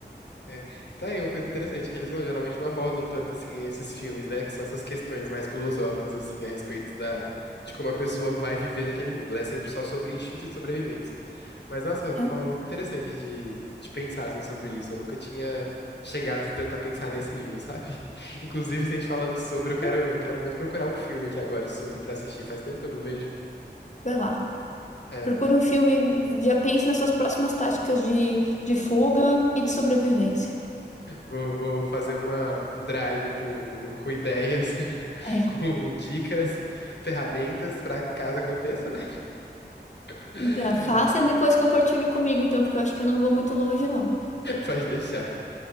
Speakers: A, on the left (about 70°); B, on the left (about 40°).
A: É. Tá aí uma coisa interessante, que eles não, geralmente não abordam tanto assim esses filmes, né? Que são essas questões mais filosóficas, assim, a respeito da, de como a pessoa vai viver naquele mundo, né? É Sempre só sobre instinto de sobrevivência. Mas, nossa, é uma
B: É,
A: forma muito interessante de, de pensar, assim, sobre isso. Eu nunca tinha chegado tanto a pensar nesse nível, sabe? <laughs> Inclusive, se a gente falando sobre, eu quero,
B: é.
A: quero muito procurar um filme aqui agora sobre pra assistir. Faz tempo que eu não vejo.
B: Vai lá.
A: É,
B: Procure um filme, já pense nas suas próximas táticas de, de fuga e de sobrevivência.
A: Vou, vou fazer uma, um drive com, com ideias, <laughs>
B: É.
A: com dicas, ferramentas para caso aconteça, né? <laughs>
B: Tá, faça e depois compartilhe comigo, então, porque eu acho que eu não vou muito longe, não.
A: Pode deixar.